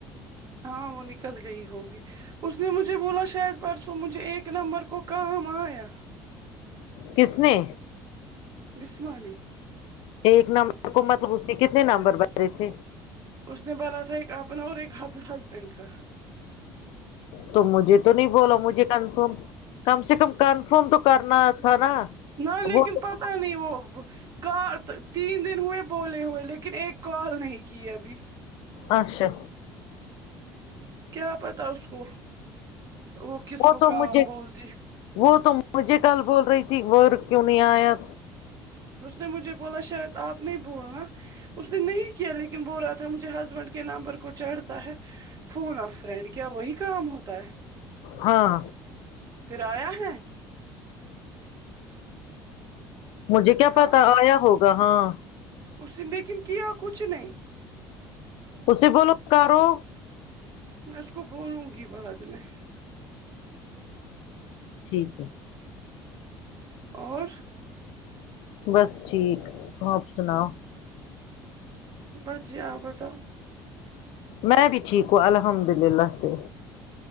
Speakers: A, on the right; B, on the left.
A: ہاں وہ نکل گئی ہوگی اس نے مجھے بولا شاید پرسوں مجھے ایک نمبر کو کام آیا
B: کس نے
A: بسمانے
B: ایک نمبر کو مطلب اس نے کتنے نمبر بدلے تھے
A: اس نے بنا تھا ایک اپنا اور ایک ہسبینڈ کا
B: تو مجھے تو نہیں بولا مجھے کنفرم کم سے کم کنفرم تو کرنا تھا نا
A: نہ لیکن
B: وہ
A: پتہ نہیں وہ کا تین دن ہوئے بولے ہوئے لیکن ایک کال نہیں کیے ابھی
B: اچھا
A: کیا پتہ اس کو وہ کس کو
B: تو
A: کام
B: مجھے
A: بولتی
B: وہ تو مجھے کل بول رہی تھی وہ کیوں نہیں آیا
A: اس نے مجھے بولا شاید آپ نہیں بھولنا اس نے نہیں کیا لیکن بول رہا تھا مجھے ہسبینڈ کے نام پر کو چڑھتا ہے فون آف فرینڈ کیا وہی کام ہوتا ہے
B: ہاں
A: پھر آیا ہے
B: مجھے کیا
A: ہاں
B: پتہ آیا ہوگا ہاں
A: اس نے لیکن کیا کچھ نہیں
B: اسے بولو کرو
A: میں اس کو بولوں گی بعد میں
B: ٹھیک ہے
A: اور
B: بس ٹھیک آپ سناؤ
A: بس جی آپ بتاؤ
B: میں بھی ٹھیک ہوں الحمد للہ سے